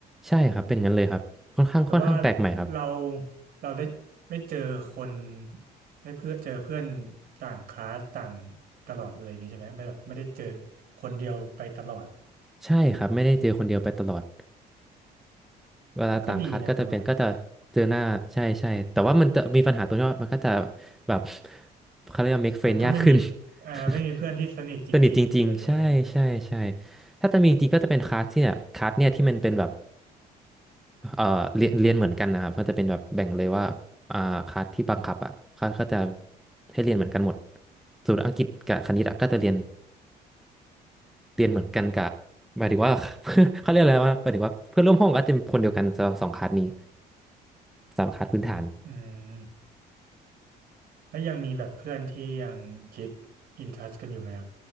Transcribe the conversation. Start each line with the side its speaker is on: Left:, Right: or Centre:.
Centre: ใช่ครับเป็นงั้นเลยครับค่อนข้างค่อนข้างแปลกใหม่ครับ
Right: อืมแต่ว่าเราเราได้ไม่เจอคนได้เพื่อเจอเพื่อนต่างคลาสต่างตลอดเลยอย่างนี้ใช่ไหมไม่แบบไม่ได้เจอคนเดียวไปตลอด
Centre: ใช่ครับไม่ได้เจอคนเดียวไปตลอด เวลาต่างคัดก็จะเป็นก็จะเจอหน้าใช่ใช่แต่ว่ามันจะมีปัญหาตรงที่ว่ามันก็จะ
Right: ก็ดีนะผมว่า
Centre: แบบเขาเรียกว่า make friend
Right: มันก็ไม่มี
Centre: ยากขึ้น
Right: เอ่อไม่มีเพื่อนที่สนิทจริงๆอะไรอย่างเงี้ยไหม
Centre: <laughs> สนิทจริงๆใช่ใช่ใช่ถ้าจะมีจริงก็จะเป็นคลาสที่เนี่ยคลาสเนี่ยที่มันเป็นแบบเอ่อเรียนเรียนเหมือนกันนะครับมันจะเป็นแบบแบ่งเลยว่าอ่าคลาสที่บังคับอ่ะเขาก็จะให้เรียนเหมือนกันหมดส่วนอังกฤษกับคณิตอะก็จะเรียน เรียนเหมือนกันกบหมายถึงว่า <laughs> เขาเรียกอะไรวาหมายถึงว่าเพื่อนร่วมห้องก็จะเป็นคนเดียวกันสำหรับสองคลาสนี้สามคลาสพื้นฐาน
Right: อืมแล้วยังมีแบบเพื่อนที่ยังคีปอินทัชกันอยู่ไหมครับ